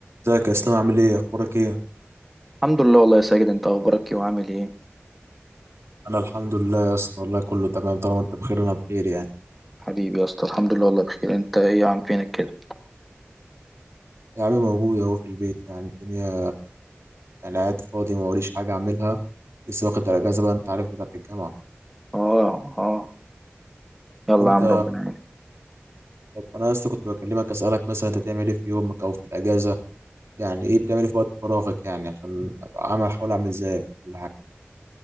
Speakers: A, on the right (about 80°); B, in the centre.
A: ازيك يا اسلام عامل ايه اخبارك ايه
B: الحمد لله والله يا ساجد انت اخبارك ايه وعامل ايه
A: انا الحمد لله يا اسطى والله كله تمام طالما انت بخير انا بخير يعني
B: حبيبي يا اسطى الحمد لله والله بخير انت ايه يا عم فينك كده
A: يا عم موجود اهو في البيت يعني الدنيا يعني قاعد فاضي ما وريش حاجه اعملها لسه واخد الاجازه بقى انت عارف بتاعت الجامعه
B: اه اه يلا
A: انت
B: يا عم ربنا يعينك
A: طب انا يا اسطى كنت بكلمك اسالك مثلا انت تعمل ايه في يومك او في الاجازه يعني ايه بتعمل إيه في وقت فراغك يعني عشان ابقى عامل احاول اعمل زيك ولا حاجه